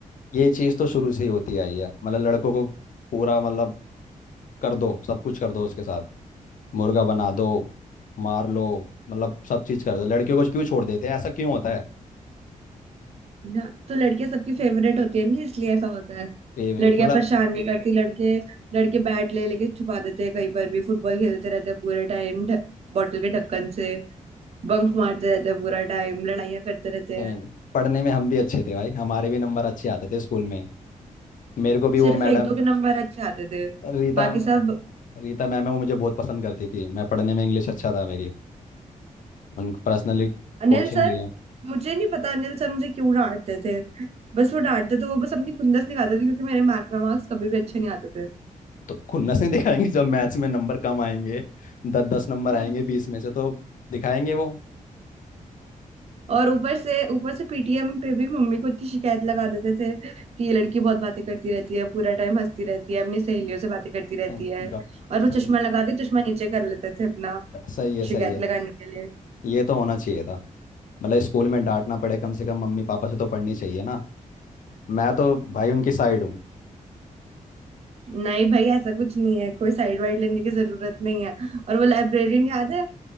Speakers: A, on the left; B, on the right.
A: ये चीज़ तो शुरू से ही होती आई है मतलब लड़कों को पूरा मतलब कर दो सब कुछ कर दो उसके साथ मुर्गा बना दो मार लो मतलब सब चीज कर दो लड़कियों को क्यों छोड़ देते हैं ऐसा क्यों होता है
B: ना, तो लड़कियां सबकी फेवरेट होती है ना इसलिए ऐसा होता है
A: फेवरेट
B: लड़कियां
A: मतलब
B: परेशान नहीं करती लड़के लड़के बैट ले लेके छुपा देते हैं कहीं पर भी फुटबॉल खेलते रहते हैं पूरे टाइम बॉटल के ढक्कन से बंक मारते रहते हैं पूरा टाइम लड़ाइयां करते रहते
A: कहीं
B: हैं
A: नहीं। पढ़ने में हम भी अच्छे थे भाई हमारे भी नंबर अच्छे आते थे स्कूल में मेरे को भी वो
B: सिर्फ
A: मैडम
B: एक दो के नंबर अच्छे आते थे
A: रीता
B: बाकी सब
A: रीता मैम है वो मुझे बहुत पसंद करती थी मैं पढ़ने में इंग्लिश अच्छा था मेरी उन पर्सनली
B: अनिल
A: कोचिंग
B: सर
A: लिया
B: मुझे नहीं पता अनिल सर मुझे क्यों डांटते थे बस वो डांटते थे वो बस अपनी खुंदस निकालते थे क्योंकि मेरे मैथ में मार्क्स कभी भी अच्छे नहीं आते थे
A: तो खुन्नस नहीं दिखाएंगे जब मैथ्स में नंबर कम आएंगे दस दस नंबर
B: <laughs>
A: आएंगे बीस में से तो दिखाएंगे वो
B: और ऊपर से ऊपर से पीटीएम पे भी मम्मी को इतनी शिकायत लगा देते थे कि ये लड़की बहुत बातें करती रहती है पूरा टाइम हंसती रहती है अपनी सहेलियों से बातें करती रहती
A: हाँ,
B: है
A: गप
B: और वो
A: सही
B: चश्मा लगा के चश्मा नीचे कर लेते थे अपना
A: सही है
B: शिकायत
A: सही है
B: लगाने के लिए
A: ये तो होना चाहिए था मतलब स्कूल में डांटना पड़े कम से कम मम्मी पापा से तो पढ़नी चाहिए ना मैं तो भाई उनकी साइड हूँ
B: नहीं भाई ऐसा कुछ नहीं है कोई साइड वाइड लेने की जरूरत नहीं है और वो लाइब्रेरियन याद है